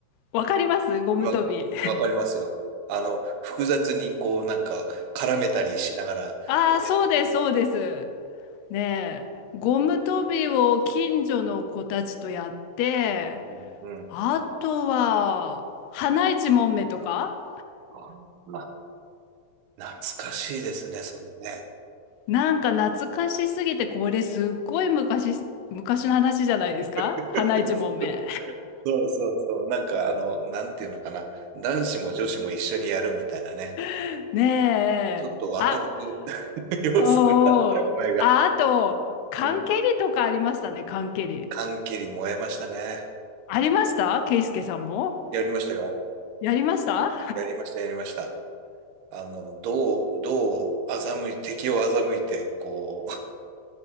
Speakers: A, on the left; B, on the right.
A: わかりますゴム跳び。
B: わ、わかりますよ。あの、複雑にこう、なんか、絡めたりしながらやるやつですね。
A: <laughs> ああ、そうです、そうです。ねえ、ゴム跳びを近所の子たちとやって、
B: うん。うん。
A: あとは、花いちもんめとか
B: あ、あ懐かしいですね、それね。
A: なんか懐かしすぎて、これすっごい昔、昔の話じゃないですか花一問目。
B: <laughs> そうそうそう。なんか、あの、なんていうのかな。男子も女子も一緒にやるみたいなね。
A: <laughs> ねえ。
B: ちょっとワクワク
A: あ、
B: <laughs> 要素があったお前が。
A: おーおー。あ、あと、缶蹴りとかありましたね、
B: うん。
A: 缶蹴り。
B: 缶切り燃えましたね。
A: ありましたケイスケさんも
B: やりましたよ。
A: やりました
B: やりました、やりました。あの、どう、どう欺い、敵を欺いて、こ